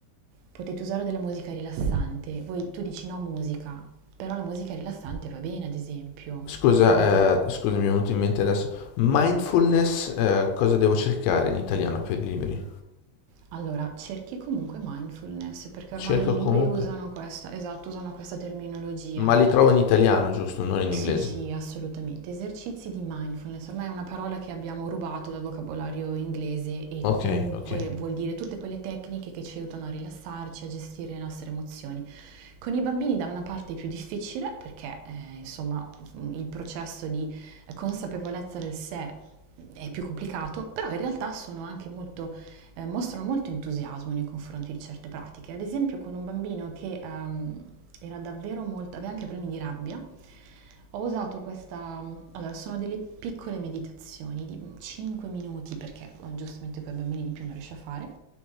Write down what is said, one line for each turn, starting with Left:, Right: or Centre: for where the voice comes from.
Right: potete usare della musica rilassante. Voi, tu dici no musica, però la musica rilassante va bene, ad esempio.
Left: Scusa,
Right: Avete,
Left: eh, scusa, mi è venuto in mente adesso. Mindfulness, eh, cosa devo cercare in italiano per i libri?
Right: allora, cerchi comunque mindfulness, perché ormai
Left: Cerco
Right: i libri
Left: comunque,
Right: usano questa, esatto, usano questa terminologia.
Left: ma li trovo in italiano, giusto? Non in
Right: Sì,
Left: inglese.
Right: sì, assolutamente. Esercizi di mindfulness, ormai è una parola che abbiamo rubato dal vocabolario inglese e
Left: Ok,
Right: comunque
Left: ok,
Right: vuol dire tutte quelle tecniche che ci aiutano a rilassarci, a gestire le nostre emozioni. Con i bambini da una parte è più difficile perché eh, insomma mm, il processo di consapevolezza del sé è più complicato, però in realtà sono anche molto eh, mostrano molto entusiasmo nei confronti di certe pratiche. Ad esempio con un bambino che ehm, era davvero molto, aveva anche problemi di rabbia, ho usato questa, allora sono delle piccole meditazioni di 5 minuti perché eh, giustamente con i bambini di più non riesce a fare.